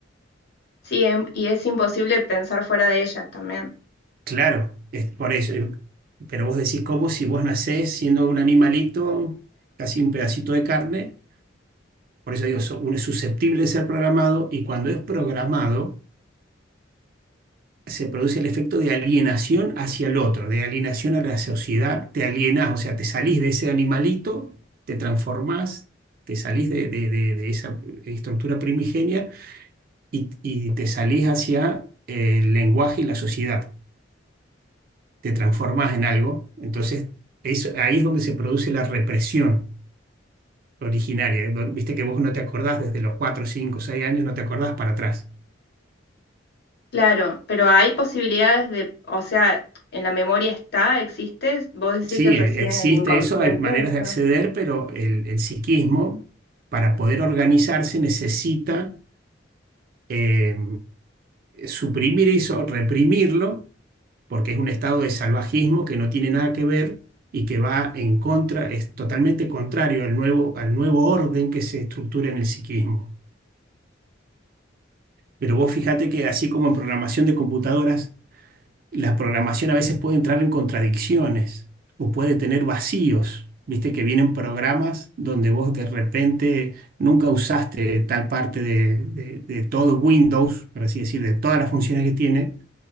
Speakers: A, on the left; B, on the right.
A: sí, em- y es imposible pensar fuera de ellas también.
B: Claro, es por eso. eh, Pero vos decís, ¿cómo si vos nacés siendo un animalito, casi un pedacito de carne? Por eso digo, so- uno es susceptible de ser programado y cuando es programado se produce el efecto de alienación hacia el otro, de alienación a la sociedad, te alienás, o sea, te salís de ese animalito, te transformás, te salís de, de de- de esa estructura primigenia y, y te salís hacia el lenguaje y la sociedad, te transformas en algo, entonces eso, ahí es donde se produce la represión originaria, viste que vos no te acordás desde los cuatro cinco seis años, no te acordás para atrás.
A: Claro, pero hay posibilidades de, o sea, en la memoria está, existe, vos decís
B: Sí,
A: que reside
B: e- existe
A: en el inconsciente,
B: eso, hay maneras
A: eso.
B: de acceder, pero el, el psiquismo, para poder organizarse, necesita eh, suprimir eso, reprimirlo porque es un estado de salvajismo que no tiene nada que ver y que va en contra, es totalmente contrario al nuevo, al nuevo orden que se estructura en el psiquismo. Pero vos fíjate que así como en programación de computadoras, la programación a veces puede entrar en contradicciones o puede tener vacíos. Viste que vienen programas donde vos de repente nunca usaste tal parte de, de- de todo Windows, por así decir, de todas las funciones que tiene,